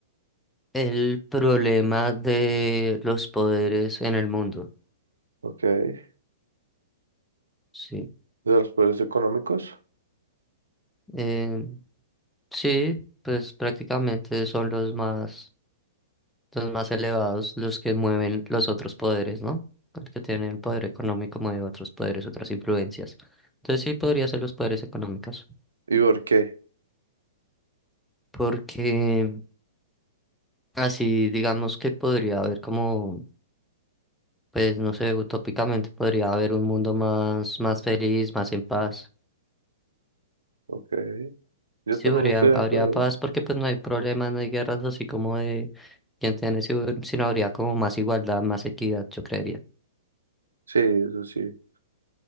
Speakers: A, in the centre; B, on the right (about 65°).
A: el problema de los poderes en el mundo.
B: Ok. ¿De
A: Sí.
B: los poderes económicos?
A: Eh, sí, pues prácticamente son los más. los más elevados, los que mueven los otros poderes, ¿no? El que tiene el poder económico mueve otros poderes, otras influencias. Entonces sí podría ser los poderes económicos,
B: ¿Y por qué?
A: porque así digamos que podría haber como, pues no sé, utópicamente podría haber un mundo más, más feliz, más en paz.
B: Ok, yo
A: Sí,
B: también
A: habría,
B: estoy
A: habría
B: de acuerdo.
A: paz porque pues no hay problemas, no hay guerras así como de quién tiene, si- sino habría como más igualdad, más equidad, yo creería.
B: Sí, eso sí.